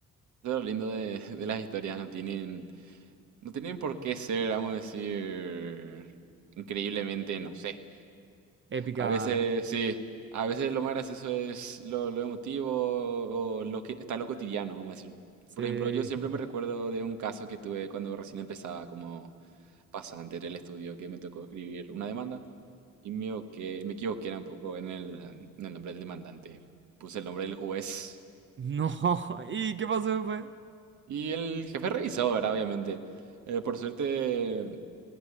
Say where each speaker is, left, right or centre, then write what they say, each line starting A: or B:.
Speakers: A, on the right; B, on the right.
A: es lo lindo de, de las historias, no tienen No tienen por qué ser, vamos a decir, increíblemente, no sé.
B: Épica.
A: A veces sí, a veces lo más gracioso es lo, lo emotivo o lo que está lo cotidiano, vamos a decir.
B: Sí.
A: Por ejemplo, yo siempre
B: <laughs>
A: me recuerdo de un caso que tuve cuando recién empezaba como pasante en el estudio, que me tocó escribir una demanda y me equivoqué, me equivoqué un poco en el, en el nombre del demandante. Puse el nombre del juez
B: No, <laughs> ¿y qué pasó después?
A: y el jefe revisó, ¿verdad? Obviamente. Eh, por suerte,